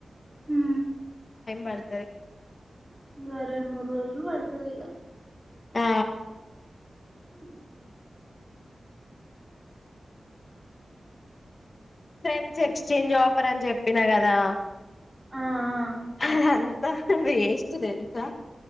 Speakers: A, on the right (about 20°); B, on the left (about 50°).
A: ఊ
B: పడుతది
A: ఇగా రెండు మూడు రోజుల్ నువ్ వడతది ఇగ
B: ఆ
A: ఊ
B: ఫ్రెండ్స్ ఎక్స్చేంజ్ ఆఫర్ అని చెప్పినా కదా
A: ఆ ఆ
B: అదంతా వేస్ట్ తెలుసా